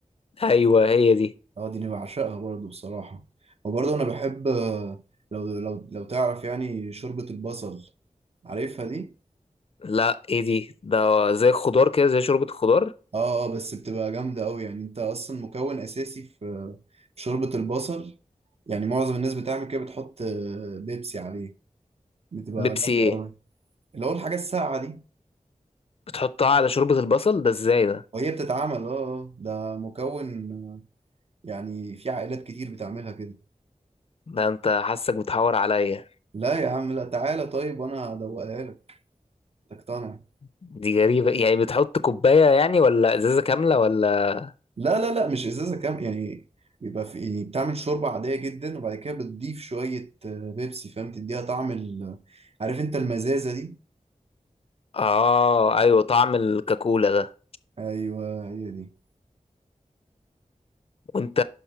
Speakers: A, on the left; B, on the right.
A: ايوه هي دي
B: اه دي انا بعشقها برضو بصراحة وبرضو انا بحب آه، لو لو لو تعرف يعني شوربة البصل عارفها دي؟
A: لا ايه دي ده زي الخضار كده زي شوربة الخضار
B: اه اه بس بتبقى جامدة اوي يعني انت اصلا مكون اساسي في في شوربة البصل يعني معظم الناس بتعمل كده بتحط آه، بيبسي عليه بتبقى
A: بيبسي
B: جامدة
A: ايه
B: اوي اللي هو الحاجة الساقعة دي
A: بتحطها على شوربة البصل ده ازاي ده
B: وهي بتتعمل اه آه، ده مكون يعني في عائلات كتير بتعملها كده
A: ده انت حاسك بتحور عليا
B: لا يا عم لا تعالى طيب وانا هدوقها لك تقتنع
A: دي غريبة يعني بتحط كوباية يعني ولا ازازة كاملة ولا
B: لا لا لا مش ازازه كام يعني بيبقى في يعني بتعمل شوربه عاديه جدا وبعد كده بتضيف شويه آه، بيبسي فاهم تديها طعم ال- عارف انت المزازه دي
A: اه ايوه طعم الكاكولا ده
B: ايوه هي دي
A: وانت